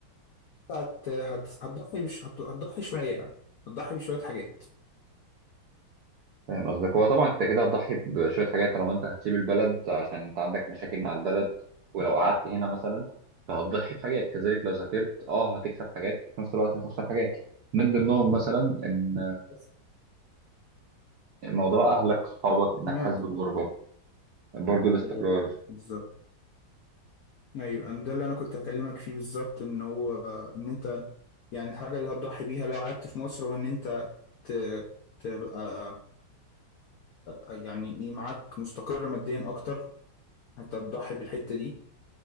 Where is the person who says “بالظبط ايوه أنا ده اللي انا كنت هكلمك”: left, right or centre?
Left